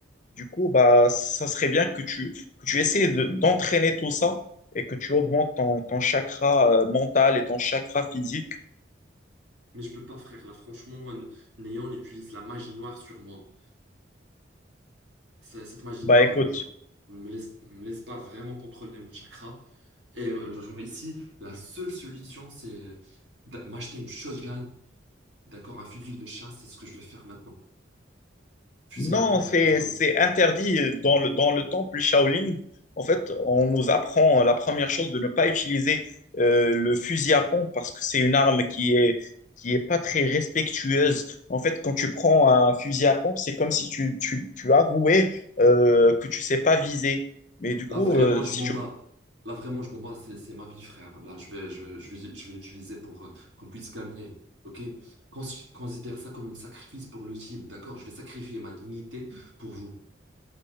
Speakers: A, on the left; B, on the right.
A: Du coup, bah, ça serait bien que tu, que tu essaies de- d'entraîner tout ça et que tu augmentes ton, ton chakra euh, mental et ton chakra physique.
B: Mais je peux pas, frère. Là, franchement, N- Néon utilise la magie noire sur moi. C'est- Cette magie
A: Bah,
B: noire,
A: écoute,
B: euh, genre, me laisse, me laisse pas vraiment contrôler mon chakra. Et euh, genre ici, la seule solution, c'est d'a- m'acheter une shotgun D'accord, un fusil de chasse, c'est ce que je vais faire maintenant. Fusil
A: non,
B: à pompe
A: c'est,
B: plutôt.
A: c'est interdit dans le, dans le temple Shaolin. En fait, on nous apprend la première chose de ne pas utiliser euh, le fusil à pompe parce que c'est une arme qui est, qui est pas très respectueuse. En fait, quand tu prends un fusil à pompe, c'est comme si tu, tu, tu avouais euh, que tu sais pas viser. Mais du coup,
B: Là vraiment,
A: euh,
B: je
A: si
B: m'en
A: tu
B: bats. Là vraiment, je m'en bats. C'est c'est ma vie, frère. Là, je vais, je vais, je vais, je vais l'utiliser pour euh, qu'on puisse gagner. Ok? Cons- Considère ça comme un sacrifice pour le team. D'accord? Je vais sacrifier ma dignité pour vous.